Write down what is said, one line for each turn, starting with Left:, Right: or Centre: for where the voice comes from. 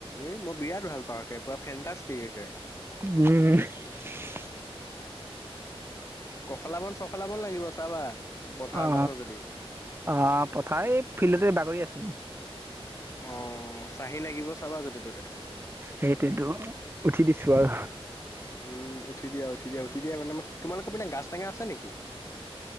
Left: এই মই বিৰাট ভাল পাওঁ পুৰা ফেণ্টাষ্টিকে।
Right: উম।
Left: কখলাবন চখলাবন লাগিব চাবা। পথাৰত
Right: অ,
Left: আছা যদি
Right: আহ পথাৰ এই ফিল্ডতে বাগৰি আছো।
Left: অ ছাঁহি লাগিব চাবা য'তে ত'তে।
Right: সেইটোতো উঠি দিছো আৰু
Left: উম উঠি দিয়া উঠি। উঠি দা উঠি দিয়া মানে তোমালোকৰ পিনে গাছ টেঙা আছে নেকি <unintelligible>